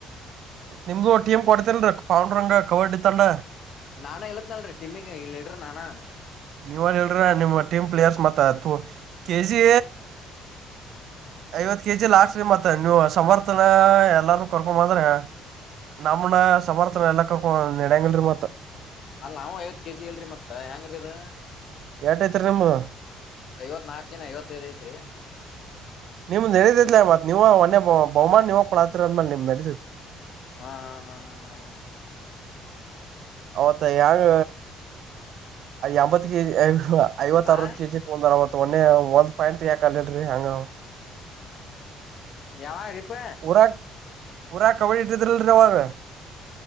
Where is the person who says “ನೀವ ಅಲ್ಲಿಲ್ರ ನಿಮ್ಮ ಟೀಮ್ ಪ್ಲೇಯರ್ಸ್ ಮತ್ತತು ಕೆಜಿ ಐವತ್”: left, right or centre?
Right